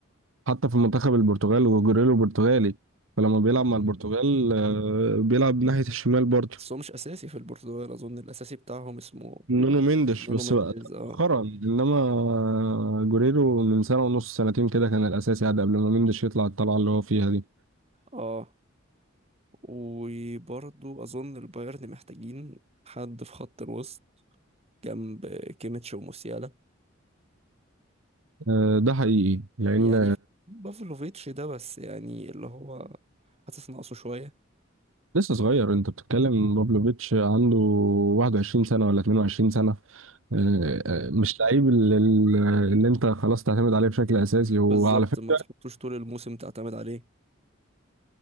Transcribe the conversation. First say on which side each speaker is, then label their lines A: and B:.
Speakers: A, on the right; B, on the right.
A: حتى في منتخب البرتغال وجوريلو برتغالي فلما بيلعب
B: مم.
A: مع البرتغال آه، بيلعب ناحية الشمال برضه
B: بس هو مش أساسي في البرتغال أظن الأساسي بتاعهم اسمه
A: نونو مينديش
B: نونو
A: بس
B: مينديز
A: بقى
B: اه
A: مؤخرا انما جوريرو من سنة ونص سنتين كده كان الاساسي عاد قبل ما مينديش يطلع الطلعة اللي هو فيها دي
B: اه وبرضو أظن البايرن محتاجين حد في خط الوسط جنب كيميتش وموسيالا
A: آه، ده حقيقي لان
B: يعني بافلوفيتش ده بس يعني اللي هو حاسس ناقصه شوية
A: لسه صغير انت بتتكلم بابلوفيتش عنده 21 سنة ولا 22 سنة آه،
B: مم.
A: آه، مش لعيب اللي, اللي انت خلاص تعتمد عليه بشكل اساسي وعلى
B: بالظبط
A: فكرة
B: ما تحطوش طول الموسم تعتمد عليه